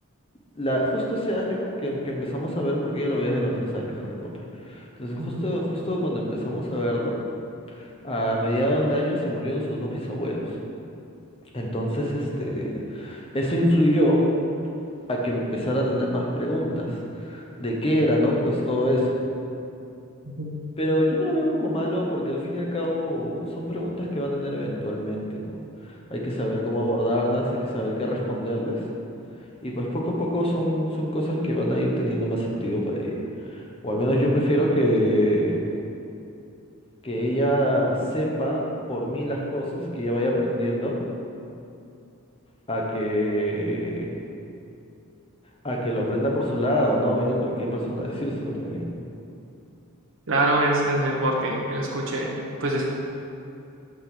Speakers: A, on the left; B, on the right.
A: La, justo ese año que, que empezamos a ver, porque yo lo veo desde los tres años, Harry Potter. Entonces,
B: Ujú,
A: justo, justo cuando empezamos a verlo, A mediados de año se murieron sus dos bisabuelos. Entonces, este, eso influyó a que empezara a tener más preguntas de qué era, ¿no? Pues todo eso.
B: ujú.
A: Pero yo no lo veo como malo porque al fin y al cabo son preguntas que va a tener eventualmente, ¿no? Hay que saber cómo abordarlas, hay que saber qué responderles. Y pues poco a poco son, son cosas que van a ir teniendo más sentido para ella. O al menos yo prefiero que, que ella sepa por mí las cosas, que ella vaya aprendiendo a que, a que lo aprenda por su lado, ¿no? Venga cualquier persona a decírselo también.
B: Claro, es, es mejor que, que lo escuche pues de